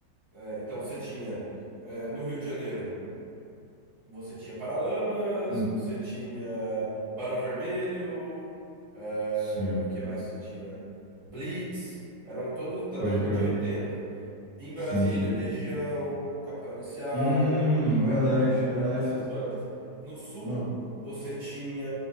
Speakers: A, on the right; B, on the right.
A: Eh, então você tinha, eh, no Rio de Janeiro, você tinha Paralamas,
B: Hum,
A: você tinha Barão Vermelho, eh,
B: Sim.
A: que mais que você tinha? Blitz, eram todos da
B: Pode
A: década
B: crer.
A: de 80 em Brasília,
B: Sim, sim.
A: Legião, Capital Inicial,
B: Hum,
A: eh,
B: verdade, verdade.
A: eram essas bandas. No sul,
B: Ah,
A: você tinha